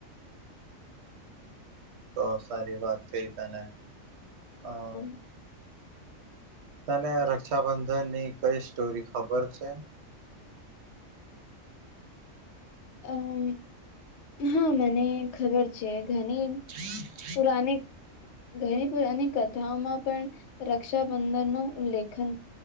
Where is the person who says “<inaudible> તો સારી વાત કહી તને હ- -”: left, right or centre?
Right